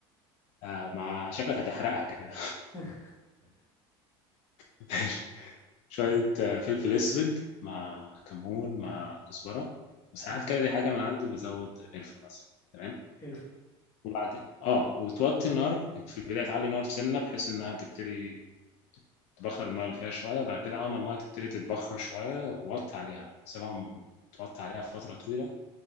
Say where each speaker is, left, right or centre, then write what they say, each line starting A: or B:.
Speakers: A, on the left (about 60°); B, on the left (about 20°).
A: آه، مع شكلك هتحرقها كده
B: <laughs>
A: <laughs> شوية آه، فلفل أسود مع كمون مع كزبرة وساعات
B: أمم.
A: كده دي حاجة من عندي بزود قرفة مثلا تمام
B: قرفة
A: وبعدين اه وتوطي
B: أمم.
A: النار في البداية تعلي نار سنة بحيث إنها تبتدي تبخر المية اللي فيها شوية وبعد كده أول ما المية تبتدي تتبخر شوية وطي عليها سيبها م- توطي عليها فترة طويلة